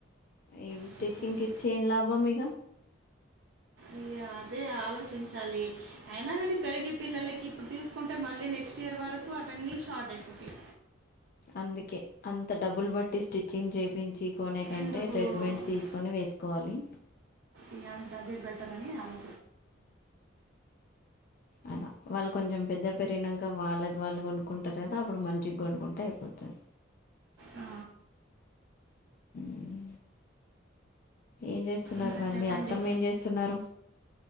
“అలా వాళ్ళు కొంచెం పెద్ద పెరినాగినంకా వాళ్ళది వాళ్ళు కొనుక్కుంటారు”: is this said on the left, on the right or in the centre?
Left